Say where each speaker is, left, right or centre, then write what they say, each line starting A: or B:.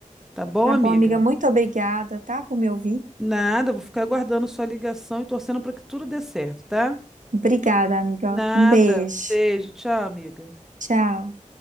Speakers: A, in the centre; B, on the right (about 70°).
A: Tá bom,
B: Tá
A: amiga?
B: bom, amiga? Muito obrigada, tá, por me ouvir.
A: Nada, vou ficar aguardando sua ligação e torcendo para que tudo dê certo, tá?
B: Obrigada, amiga.
A: Nada.
B: Um beijo.
A: Beijo, tchau, amiga.
B: Tchau.